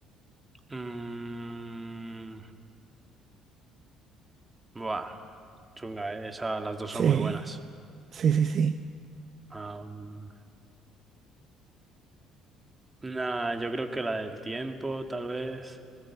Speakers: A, on the right; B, on the right.
A: Mm, buah, chunga, eh. Esa, las dos
B: Sí,
A: son muy buenas.
B: sí, sí, sí.
A: Am, nah, yo creo que la del tiempo, tal vez.